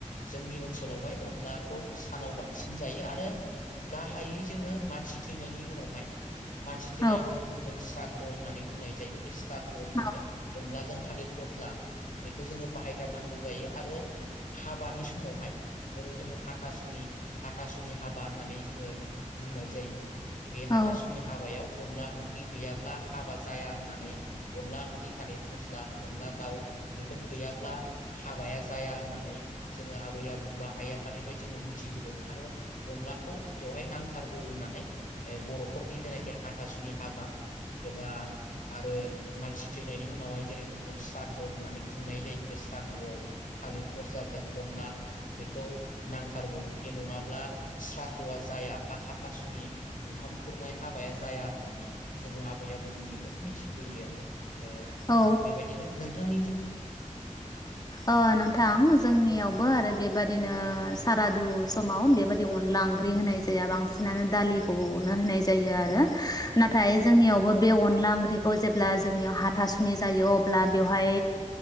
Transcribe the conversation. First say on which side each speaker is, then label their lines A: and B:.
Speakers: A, on the left; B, on the left.
A: जोंनि ओनसोलावहाय अनलाखौ सानाव बांसिन जायो आरो गाहायै जोङो मानसि थैनायनि उनावहाय मानसि थिनायाव
B: औ
A: जेरेखम जों स्राद्ध होननानै बुंनाय जायो। बे सादु
B: औ
A: जोङो अनलाजों था फस्ला बेखौ जोङो बाहाय फैथारनांगौ जायो आरो हाबानि समावहाय जेरै जोङो हाथासुनि हाथासुनि हाबा होननानै जोङो बुंनाय जायो। बे
B: औ
A: हाथासुनि हाबायाव अनला ओंख्रि गैयाब्ला हाबा जाया होननानै अनला ओंख्रि थानाय फस्ला अनला दाउ बेफोर गैयाब्ला हाबाया जाया होननानै जोङो आबै आबौ बा आइ आफानिफ्राय जोङो मिथिबोदों आरो अनलाखौ बेवहाय नांथारगौ होननानै ओ बर'फोरनि जेनाखि हाथासुनि हाबा एबा आरो मानसि थैनायनि उनावहाय जेरेखम जों स्रादद होननानै खुंनाय जायो बे सानदुआव थालिर खरसाजों अनला बेखौ नांथारगौ बे नङाब्ला स्रादद'आ जाया बा हाथासुनि ओंखाम खुरनाय हाबाया जाया होननानै जोङो आबै आबौमोननिफ्राय मिथिबोयो आरो ओ
B: औ
A: बेबायदिनो नोंथां जोंनिथिं
B: ओ नोंथां जोंनियावबो आरो बेबादिनो सारादु समाव बेबादि अनला ओंख्रि होनाय जाया बांसिनानो दालिखौनो होनाय जायो आरो नाथाय जोंनियावबो बे अनला ओंख्रिखौ जेब्ला जोंनियाव हाथासुनि जायो अब्ला बेवहाय